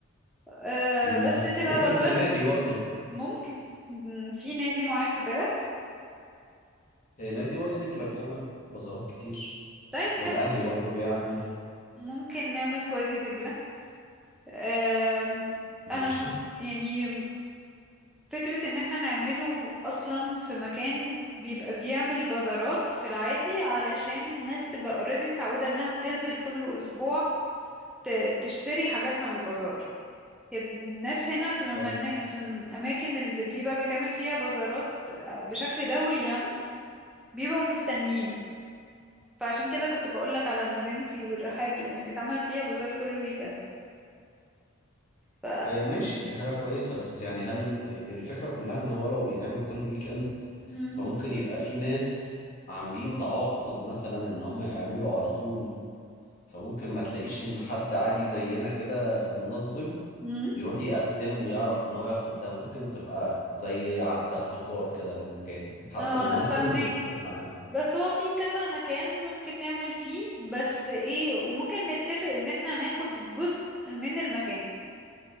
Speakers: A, in the centre; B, on the left (about 35°).
A: أه
B: مم.
A: بس تبقى
B: ممكن
A: بازار
B: في نادي برضه
A: ممكن م- في نادي معين في بالك
B: اه، نادي وادي دجلة بيعمل بازارات كتير
A: طيب
B: والاهلي
A: حلو
B: برضه بيعمل
A: ممكن نعمل في وادي دجلة آم، انا
B: ماشي
A: كنت يعني فكرة ان احنا نعمله اصلا في مكان بيبقى بيعمل بازارات في العادي علشان الناس تبقى اوريدي متعودة انها بتنزل كل اسبوع ت- تشتري حاجاتها من البازار الناس هنا في المنا...
B: حلو
A: في الاماكن اللي بيبقى بيتعمل فيها بازارات بشكل دوري يعني بيبقوا مستنينه فعشان كده كنت بقولك على مدينتي والرحاب لان بيتعمل فيها بازار كل ويك اند ف
B: اه ماشي دي حاجة كويسة بس يعني هل آه، الفكرة كلها ان هو لو بيتعمل كل ويك اند
A: مم.
B: فممكن يبقى في ناس عاملين تعاقد مثلا ان هم يعملوا على طول فممكن ما تلاقيش ان حد عادي زينا كده منظم
A: مم.
B: يروح يقدم ويعرف ان هو ياخد ده ممكن بتبقى زي عقد احتكار كده للمكان حد
A: اه
B: منظم
A: انا فاهمك
B: ومتفق معاه
A: بس هو في كذا مكان ممكن نعمل فيه بس ايه وممكن نتفق ان احنا ناخد جزء من المكان